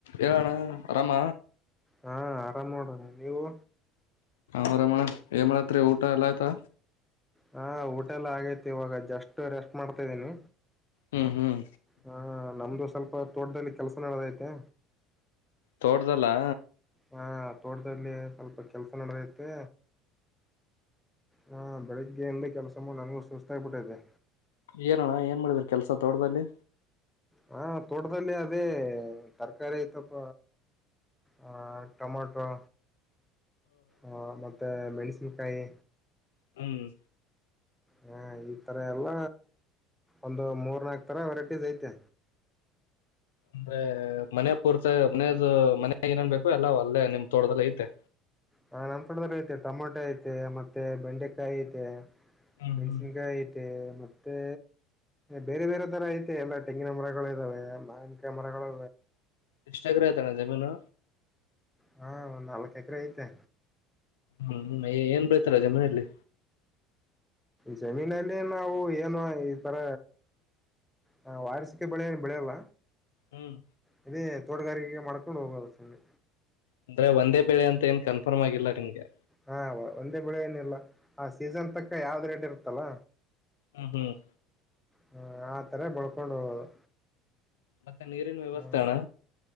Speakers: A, on the left (about 70°); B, in the centre.
A: ಏನ್ ಅಣ್ಣಾ ಅರಾಮ
B: ಹಾ ಆರಾಮ್ ನೋಡು ನೀವು.
A: ಹ್ರ ಮ ಏ ಮಾಡತ್ರಿ ಊಟ ಎಲ್ಲ ಆಯ್ತಾ
B: ಹಾ ಊಟೆಲ್ಲ ಆಗೇತಿ ಇವಾಗ ಜಸ್ಟ್ ರೆಸ್ಟ್ ಮಾಡ್ತಾ ಇದ್ದೀನಿ
A: ಹ್ಮ್ ಹ್ಮ್
B: ಹ ನಮ್ದ ಸ್ವಲ್ಪ ತೋಟದಲ್ಲಿ ಕೆಲಸ ನಡದೈತೆ
A: ತೋಡ್ದಲ್ಲ
B: ಹಾ ತೋಟದಲ್ಲಿ ಸ್ವಲ್ಪ ಕೆಲ್ಸ ನಡದೈತೆ ಹಾ ಬೆಳಿಗ್ಗೆಯಿಂದ ಕೆಲಸ ನನಗೂ ಸುಸ್ತಾಗಬಿಟ್ಟೈತೆ
A: ಏನಣ್ಣ ಏನ್ ಮಾಡಿದ್ರ ಕೆಲ್ಸ ತೋಡ್ದದಲ್ಲಿ
B: ಹಾ ತೋಟದಲ್ಲಿ ಅದೇ ತರಕಾರಿ ಐತಪ್ಪ ಆ ಟೊಮಾಟೊ ಹಾ ಮತ್ತೆ ಮೆಣಸಿನ್ಕಾಯಿ
A: ಹ್ಮ್
B: ಹಾ ಈ ತರ ಎಲ್ಲ ಒಂದು ಮೂರ್ನಾಕ್ ತರ ವೆರೈಟೀಸ್ ಐತೆ
A: ಅಂದ್ರೆ ಮನೆ ಪೂರ್ತ ಮನದು ಮ ನ ಏನೇನ್ ಬೇಕು ಎಲ್ಲ ಒಲ್ಲೆ ನಿಮ್ ತೋಟದದಲ್ಲಿಲ್ಲ ಐತೆ
B: ಹಾ ನನ್ ತಡದ್ರೆ ಐತೆ ಟಮೊಟ ಐತೆ ಮತ್ತೆ ಬೆಂಡೆಕಾಯಿ ಐತೆ
A: ಹ್ಮ್
B: ಮೆಣಸಿನ್ಕಾಯಿ
A: ಹ್ಮ್
B: ಐತೆ ಮತ್ತೆ ಬೇರೆ ಬೇರೆ ತರ ಐತೆ ಎಲ್ಲ ತೆಂಗಿನ ಮರಗಳು ಇದ್ದಾವೆ ಮಾಕ ಮರಗಳು
A: ಎಷ್ಟಾಗ್ರತಾನ ಜಮೀನು
B: ಹಾ ಒಂದ್ ನಾಲ್ಕ್ ಎಕರೆ ಐತೆ
A: ಹ್ಮ್ ಏನ್ ಬಳ್ತಾರ ಅಜ ಮನೆಯಲ್ಲಿ
B: ಜಮೀನಲ್ಲಿ ನಾವು ಏನು ಈ ತರ ಹ ವಾರ್ಸಿಕೆ ಬೆಳೆ ಏನು ಬೆಳೆಯಲ್ಲ
A: ಹ್ಮ್
B: ಇ ತೋಟಗಾರಿಕೆಗೆ ಮಾಡ್ಕೊಂಡು ಹೋಗೋದು ಸುಣೆ
A: ಅಂದ್ರೆ ಒಂದೇ ಬೆಳೆ ಅಂತ ಏನ್ ಕನ್ಫರ್ಮ್ ಆಗಿಲ್ಲ ನಿಮ್ಗೆ
B: ಹಾ ಒಂದೇ ಬೆಳೆ ಏನಿಲ್ಲ ಆ ಸೀಸನ್ ತಕ್ಕ ಯಾವ್ದ ರೇಟ್ ಇರುತ್ತಲ್ಲ
A: ಹ್ಮ ಹ್ಮ್
B: ಹ್ಮ ಆತರ ಬಳ್ಕೊಂಡ್ ಹೋಗೋದು
A: ಮತ್ತೆ ನೀರಿನ ವ್ಯವಸ್ಥೆ
B: ಹ
A: ಆಣ್ಣ